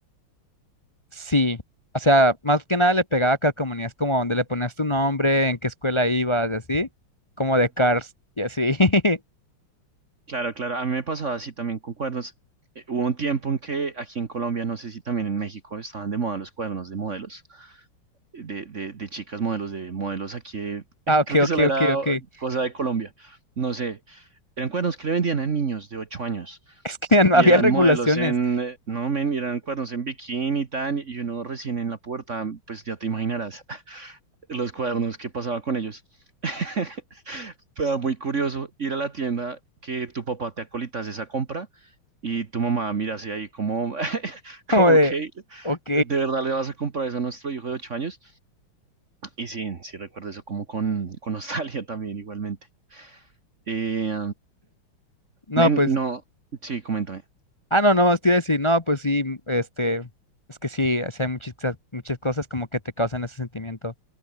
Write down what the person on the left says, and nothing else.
Sí, o sea, más que nada le pegaba a calcomanías como donde le ponías tu nombre, en qué escuela ibas, y así, como de Cars, y así. <laughs>
Ah, ok,
ok,
ok, ok.
<laughs>
Es que no
había
regulaciones,
<laughs> como
de,
ok,
no,
pues,
ah, no, no, más te iba a decir, no, pues sí, este, es que sí, o sea, hay muchas, muchas cosas como que te causan ese sentimiento.